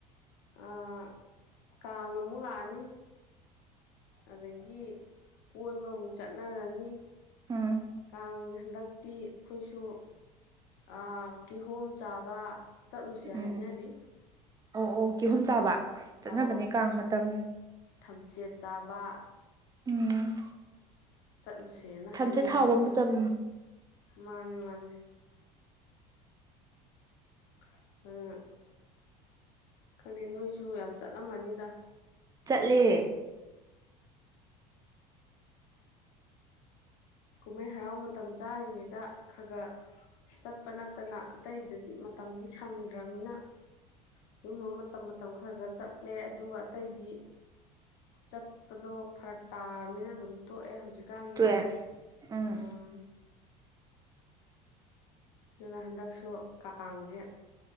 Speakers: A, on the left (about 60°); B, on the right (about 20°).
A: ꯑꯥ ꯀꯥꯡ ꯑꯃꯨꯛ ꯂꯥꯛꯑꯅꯤ ꯑꯗꯒꯤ ꯀꯣꯏꯕꯃꯨꯛ ꯆꯠꯅꯔꯅꯤ
B: ꯎꯝ
A: ꯀꯥꯡ ꯍꯟꯗꯛꯇꯤ ꯈꯣꯏꯁꯨ ꯑ ꯀꯤꯍꯣꯝ ꯆꯥꯕ ꯆꯠꯂꯨꯁꯦ
B: ꯎꯝ
A: ꯍꯥꯏꯅꯔꯤ
B: ꯑꯣ ꯑꯣ ꯀꯤꯍꯣꯝ ꯆꯥꯕ ꯆꯠꯅꯕꯅꯦ
A: ꯑꯧ
B: ꯀꯥꯡ ꯃꯇꯝ
A: ꯊꯝꯆꯦꯠ ꯆꯥꯕ
B: ꯎꯝ
A: ꯂꯨꯁꯦꯅ
B: ꯊꯝꯆꯦꯠ
A: ꯍꯥꯏꯅꯔꯤ
B: ꯍꯥꯎꯕ ꯃꯇꯝ
A: ꯃꯥꯅꯦ ꯃꯥꯅꯦ <unintelligible> ꯈꯪꯗꯦ ꯅꯣꯏꯁꯨ ꯌꯥꯝ ꯆꯠꯂꯝꯃꯅꯤꯗ
B: ꯆꯠꯂꯦ
A: ꯀꯨꯝꯍꯩ ꯍꯔꯥꯎ ꯃꯇꯝ ꯆꯥꯔꯤꯉꯩꯗ ꯈꯒ ꯆꯠꯄꯅ ꯇꯅ ꯑꯇꯩꯗꯗꯤ ꯃꯇꯝꯗꯤ ꯁꯪꯗ꯭ꯔꯝꯅꯤꯅ ꯑꯗꯨꯝꯕ ꯃꯇꯝ ꯃꯇꯝ ꯈ꯭ꯔ ꯒ꯭ꯔ ꯆꯠꯂꯦ ꯑꯗꯨꯒ ꯑꯇꯩꯗꯤ ꯆꯠꯄꯗꯣ ꯐꯔꯛ ꯇꯥꯔꯕꯅꯤꯅ ꯑꯗꯨꯝ ꯇꯣꯛꯑꯦ ꯍꯧꯖꯤꯛꯀꯥꯟꯁꯦ
B: ꯇꯨꯑꯦ ꯎꯝ
A: ꯑꯝ ꯑꯗꯨꯅ ꯍꯟꯗꯛꯁꯨ ꯀꯥꯡꯖꯦ